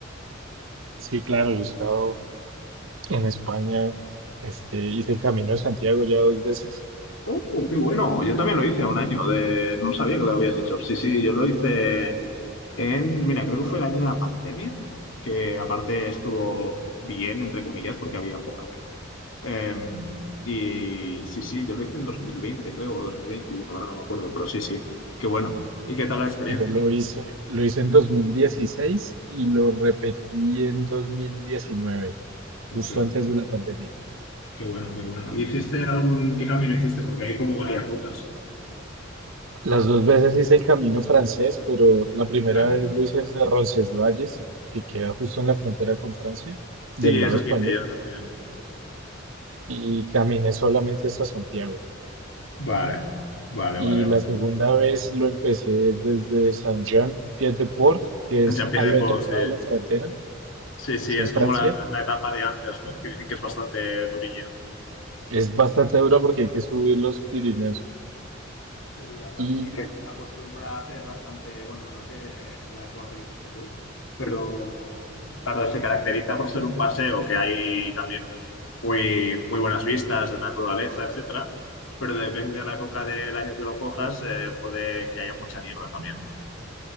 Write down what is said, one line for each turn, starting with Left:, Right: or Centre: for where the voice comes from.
Right: Sí, claro, yo he estado En España, este, hice el Camino de Santiago ya dos veces.
Left: Uh, qué bueno, yo también lo hice un año, de... no sabía que lo habías hecho. Sí, sí, yo lo hice en, mira, creo que fue el año de la pandemia, que aparte estuvo bien, entre comillas, porque había poca gente. Em, y sí, sí, yo lo hice en 2020, creo, o 2021 ahora no me acuerdo, pero sí, sí, qué bueno. ¿Y qué tal la experiencia?
Right: Yo lo hice, lo hice en 2016 y lo repetí en 2019,
Left: Oh,
Right: justo
Left: qué bueno.
Right: antes de la pandemia.
Left: Qué bueno, qué bueno. ¿Y hiciste algún... ¿Qué camino hiciste? Porque hay como varias rutas.
Right: Las dos veces hice el camino francés, pero la primera
Left: Vale.
Right: vez lo hice desde Roncesvalles, que queda justo en la frontera con Francia,
Left: Sí,
Right: del
Left: eso
Right: lado español,
Left: que hice yo también.
Right: y caminé solamente hasta Santiago.
Left: Vale, vale,
Right: Y
Left: vale, vale.
Right: la segunda vez lo empecé desde Saint-Jean-Pied-de-Port, que
Left: En
Right: es
Left: Champions
Right: al
Left: de
Right: otro
Left: Polo, sí.
Right: lado de la frontera,
Left: Sí, sí,
Right: es
Left: es
Right: en Francia,
Left: como la, la etapa de antes, ¿no? Que dicen que es bastante durilla.
Right: Es bastante dura porque hay que subir los Pirineos.
Left: Sí, aparte
Right: Y
Left: acostumbra a hacer bastante, bueno, no sé en la época que lo hiciste tú, pero claro, se caracteriza por ser un paseo que hay también muy, muy buenas vistas de naturaleza, etcétera, pero depende de la época del año que lo cojas, eh, puede que haya mucha niebla también.